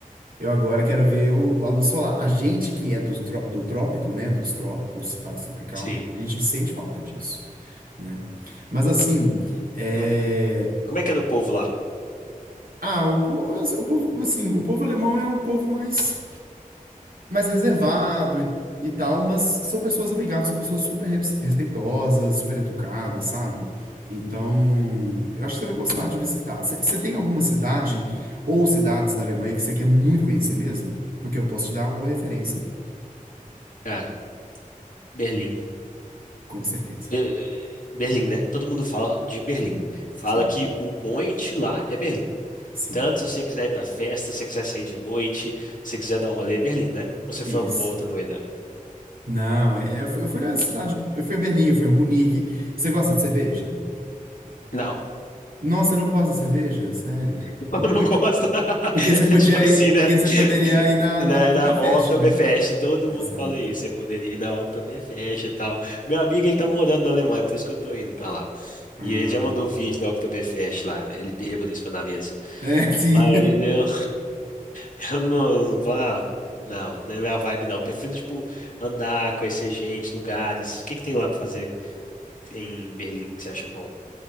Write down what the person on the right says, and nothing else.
Eu agora quero ver o, a luz solar. A gente que é do, tró- do trópico, né? Dos trópicos, país tropical,
a gente sente falta disso, né? Mas assim. eh,
Ah, o povo, o povo, assim, o povo alemão é um povo mais, mais reservado e, e tal, mas são pessoas amigáveis, são pessoas super res- respeitosas, super educadas, sabe? Então, eu acho que você vai gostar de visitar. Você você tem alguma cidade ou cidades da Alemanha que você quer muito conhecer mesmo? Porque eu posso te dar alguma referência,
com certeza.
Sim,
sim,
sim.
Isso.
Não, é, eu fui eu fui à cidade, eu fui a Berlim, eu fui a Munique. Você gosta de cerveja?
Nossa, eu não gosto de cerveja, sério.
Porque você podia
ir,
porque você poderia ir na,
na
Oktoberfest,
né?
Exato.
Ah,
é, <laughs> sim.